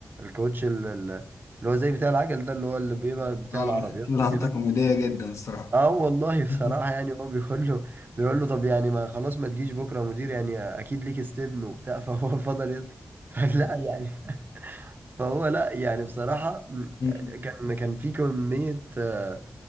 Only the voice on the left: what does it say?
اه
<laughs> لقطة
كوميدية جدا الصراحة
<laughs>
<laughs>